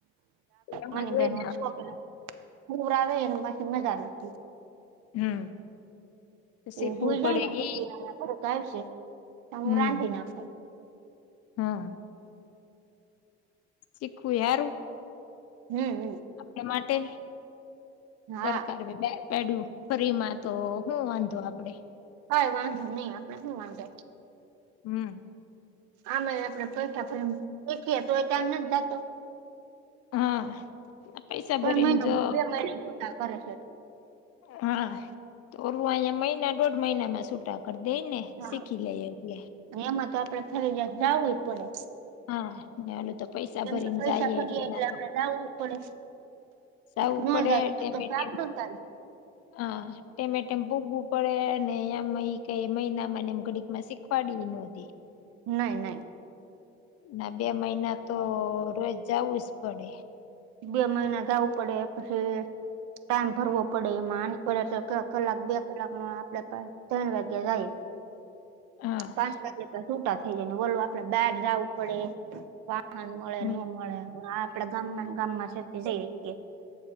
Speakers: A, on the left; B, on the right.
A: એમ
B: મને
A: જ હોય
B: બેન
A: ને
B: શોખ પૂર આવે એને બાકી મજા નથી
A: હમ તો શીખવું
B: એ હુય જાય
A: પડે
B: ને પછી
A: ઈ
B: <unintelligible> હું
A: હમ
B: રાંધી નાખુ
A: હા શીખું યારું
B: હમ હમ.
A: આપને માટે
B: હા
A: સરકાર <unintelligible> પેડું ફરી માં તો હુ વાંધો આપડે
B: હા વાંધો નહી આપડે હુ વાંધો
A: હમ.
B: આમે આપડે પૈતા ફેમ દેખીયે તો ડાઈમ નથ જાતો
A: હા. પૈસા
B: પણ
A: ભરીને
B: મહિન
A: જો
B: બે મહિના છૂટા કરે છે.
A: હા તો ઓલું અહીંયા મહિના દોઢ મહિનામાં સુટા કરી દેય ને
B: હા
A: શીખી લે એટલે
B: એમાં તો આપડે ફરજયાત જાવુંય પડે
A: હા ને ઓલું તો પૈસા
B: જેમ
A: ભરીને
B: કે પૈસા
A: જઈએ
B: ફરીએ એટલે
A: ના
B: આપડે
A: તો
B: જાવુ જ પડે
A: જાવું
B: ન
A: પડે
B: જાય
A: ટેમે
B: તો
A: ટેમ
B: <unintelligible>
A: હા. એમે ડેમ ભોગવું પડે ને એમ અહીં કઈ મહિનામાંને એમ ઘડીક માં શીખવાડી નોતી
B: નહી નહી
A: ના બે મહિના તો રોજ જવું જ પડે
B: બે મહિના જાવું પડે પછી ટામ ભરવો પડે એમાં આની <unintelligible> તો કલાક બે કલાક ન આપડે પા ત્રણ વાગ્યા જઈએ
A: હા
B: પાંચ વાગે તો છૂટા થઇ જાય ને ઓલો આપડે <unintelligible> ના મળે
A: હમ
B: ન મળે આપડે ગામમાં <unintelligible>